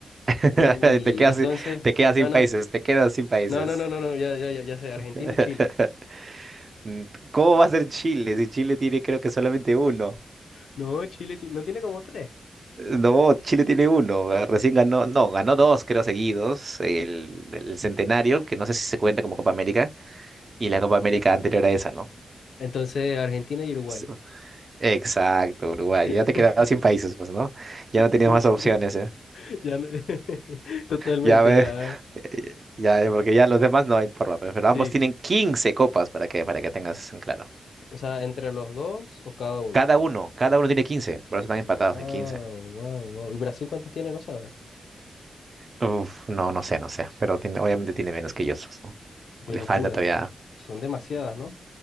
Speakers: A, on the right; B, on the left.
A: <laughs>
B: Uy,
A: Te quedas,
B: entonces,
A: sin- te quedas
B: no,
A: sin
B: no,
A: países, te quedas sin países.
B: no, no, no, no, no, ya, ya, ya, ya sé, Argentina
A: <laughs>
B: y Chile.
A: Mm, ¿Cómo va a ser Chile? Si Chile tiene creo que solamente uno.
B: No, Chile ti- no tiene como tres.
A: No, Chile tiene uno, ga- recién ganó, no, ganó dos, creo, seguidos, el, el centenario, que no sé si se cuenta como Copa América, y la Copa América anterior a esa, ¿no?
B: Entonces, Argentina y Uruguay.
A: Sí. Exacto, Uruguay,
B: <laughs>
A: ya te quedabas sin países, pues, ¿no? Ya no tenías
B: Sí,
A: más
B: sí,
A: opciones, ¿eh?
B: <laughs> ya, no- <laughs> totalmente,
A: Ya ves,
B: ya.
A: <laughs> ya, eh, porque ya los demás no hay forma, pe- pero
B: Sí,
A: ambos tienen 15 copas, para que, para que tengas en claro.
B: o sea, entre los dos o cada uno.
A: Cada uno, cada uno tiene 15, por eso están empatados
B: Wow,
A: en 15.
B: wow, wow. ¿Y Brasil cuántas tiene? No sabes.
A: Uf, no, no sé, no sé, pero tiene- obviamente tiene menos que ellos, ¿no?
B: Qué
A: Le
B: locura.
A: falta todavía
B: Son demasiadas, ¿no?